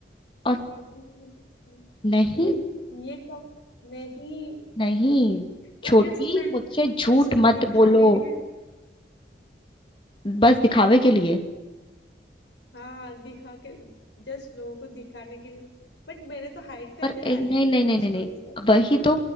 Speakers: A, on the left; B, on the left.
A: और
B: नहीं
A: नहीं
B: ये ये कब नहीं
A: नहीं
B: वो
A: छोटी
B: जस्ट मैं
A: मुझसे झूठ
B: जस्ट
A: मत
B: दिखाने
A: बोलो
B: के लिए
A: बस दिखावे के लिए
B: हाँ दिखा के जस्ट लोगों को दिखाने के लिए बट मैंने तो हाइड करके
A: पर
B: डाली
A: ए, नहीं
B: थी
A: नहीं
B: ना
A: नहीं नहीं
B: स्टोरी
A: नहीं
B: से
A: वही तो